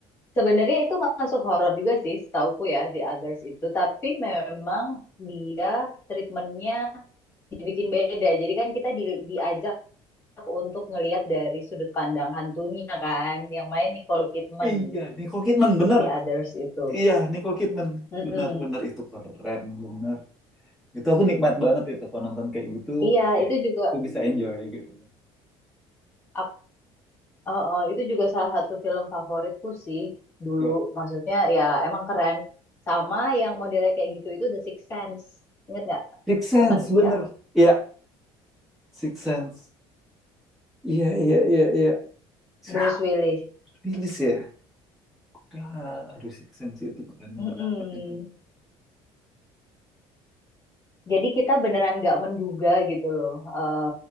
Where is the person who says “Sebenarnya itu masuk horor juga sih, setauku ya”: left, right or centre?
Left